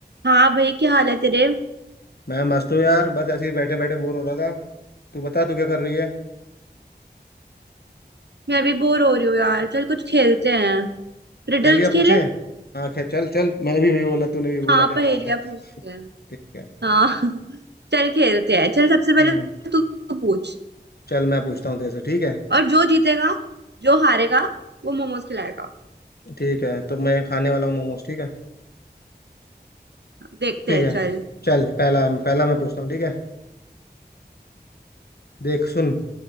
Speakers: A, on the right; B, on the left.
A: हाँ भाई क्या हाल है तेरे
B: मैं मस्त हूँ यार बस ऐसे ही बैठे बैठे बोर हो रहा था तू बता तू क्या कर रही है
A: मैं भी बोर हो रही हूँ यार चल कुछ खेलते हैं
B: पहेलियां
A: रिडल्स
B: पूछे
A: खेले
B: हाँ खैर चल चल मैंने भी वही बोला तूने भी बोला
A: हाँ
B: क्या
A: पहेलियां
B: बात है
A: पूछते हैं
B: ठीक है
A: हाँ <laughs> चल खेलते हैं चल सबसे पहले
B: हम्म
A: तू तू पूछ
B: चल मैं पूछता हूँ तेरे से ठीक है
A: और जो जीतेगा जो हारेगा वो मोमोज खिलाएगा
B: ठीक है तो मैं खाने वाला हूँ मोमोज ठीक है
A: देखते
B: ठीक
A: हैं
B: है
A: चल
B: चल पहला पहला मैं पूछता हूँ ठीक है देख सुन